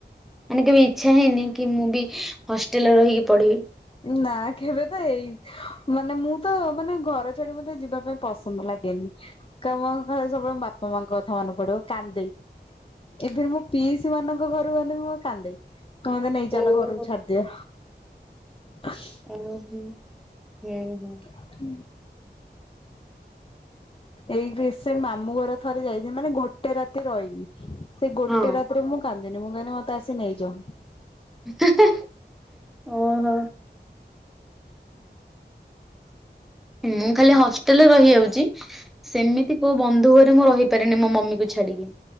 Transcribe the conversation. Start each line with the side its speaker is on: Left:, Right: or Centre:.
Centre: ମାନେ କେବେ ଇଚ୍ଛା ହେଇନି କି ମୁଁ ବି ହଷ୍ଟେଲରେ ରହିକି ପଢ଼ିବି।
Left: ନା କେବେ ତ ହେଇନି। ମାନେ ମୁଁ ତ ମାନେ ଘର ଛାଡି ମତେ ଯିବା ପାଇଁ ପସନ୍ଦ ଲାଗେନି। କେ ମ ଖାଲି ସବୁବେଳେ ବାପା ମାଙ୍କ କଥା ମନେ ପଡିବ କାନ୍ଦେଇ ଏବେ ମୁଁ ପିଇସି ମାନଙ୍କ ଘରୁକୁ ଗଲେ ମୁଁ କାନ୍ଦେ କହେ ମତେ ନେଇ ଚାଲ
Centre: ଓହୋ
Left: ଘରକୁ ଛାଡିଦିଅ। <inaudible>
Centre: ଆଇ ଲଭ ଇଉ ହୁଁ ହୁଁ।
Left: ହୁଁ। ଏଇ ଡ୍ରେସ ସେ ମାମୁଁ ଘର ଥରେ ଯାଇଚି ମାନେ ଗୋଟେ ରା ରହିନି ସେ ଗୋଟେ
Centre: ହଁ।
Left: ରାତିରେ ମୁଁ କାନ୍ଦିନି ମୁଁ କହିଲି ମତେ ଆସି ନେଇଯ।
Centre: ହେ ହେ ଓ ହୋ ମୁଁ ଖାଲି ହଷ୍ଟେଲରେ ରହିଯାଉଚି ସେମିତି କୋଉ ବନ୍ଧୁ ଘରେ ମୁଁ ରହିପାରେନି ମୋ ମମି କୁ ଛାଡିକି